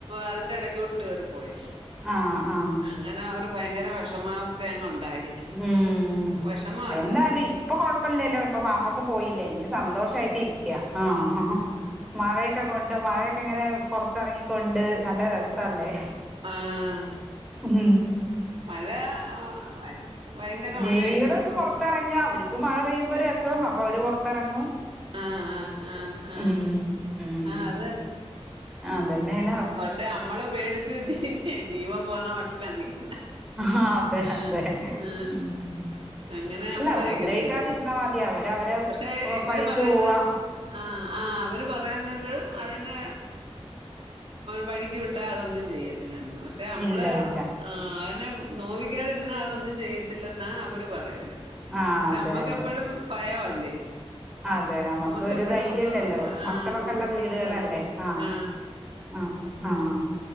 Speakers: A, on the right; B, in the centre.
A: അതിന്റെ ഇടക്കോട്ട് കേയറി പോയത്
B: ആഹ ആഹ
A: അങ്ങനെ ഒരു ഭയങ്കര വിഷമാവസ്ഥ അങ്ങ് ഉണ്ടായി
B: ഉം
A: വിഷമായിരുന്നു
B: എന്താലും ഇപ്പൊ കൊഴപ്പില്ലല്ലോ ഇപ്പൊ പാമ്പൊക്ക് പോയില്ല ഇ സന്തോഷായിട്ട് ഇരിക്കയാ ആഹ് മഴയൊക്കെ കൊണ്ട് മഴയൊക്കെ ഇങ്ങനെ പുറത്തിറങ്ങിക്കൊണ്ട് നല്ല രസല്ലേ
A: ആഹ്
B: മം
A: മഴ <unintelligible>
B: ജീവികള
A: മഴയല്ലേ ഇപ്പം
B: ഒന്ന് പുറത്തിറങ്ങ അവർക്ക് മഴ പെയ്യുമ്പോ രസം അപ്പൊ അവര് പുറത്തിറങ്ങും
A: ആഹ് ആഹ് ആഹ് ആഹ്
B: ഉം ഉം
A: ആഹ് അത്
B: ആ അതന്നെയാണ്
A: നമ്മളെ പേടിച്ചു ജീ ജീവൻ പോന്ന മട്ടില്ലിക്ക
B: ആഹ് അതെ
A: മം
B: അതെ
A: മം
B: ഉം
A: അങ്ങനെ
B: അല്ല
A: നമ്മള
B: ഉപദ്രവിക്കാതിരുന്നാ
A: ഇരിക്കുന്നത്
B: മതി അവര് അവരെ
A: പക്ഷെ ഇവര്
B: പഴിക്ക്
A: പറയുന്ന
B: പോവാ
A: ആഹ് ആഹ് അവർ അവര് പറയുന്നത് അതിനെ വഴിക്ക് വിട്ടാ അതൊന്നും ചെയ്യത്തില്ലന്ന് പക്ഷ പക്ഷെ നമ്മള്
B: ഇല്ല ഇല്ല
A: ആ അതിനെ നോവിക്കാതിരുന്ന അതൊന്നും ചെയ്യത്തില്ലെന്നാണ് അവര് പറയുന്നത്
B: ആഹ്
A: പക്ഷെ
B: അതെ
A: നമ്മക്ക്
B: അതെ
A: എപ്പഴും ഭയവല്ലേ
B: അതെ നമുക്ക്
A: നമ്മക്ക്
B: ഒരു
A: എപ്പഴും
B: ധൈര്യല്ലല്ലോ
A: അങ്ങ് ആ
B: മക്കളൊക്കെ
A: നമ്മക്ക്
B: ഉള്ള
A: എപ്പഴും
B: വീടുകളല്ലേ
A: ഭയ
B: ആഹ
A: ആ
B: ആഹ് ആഹ്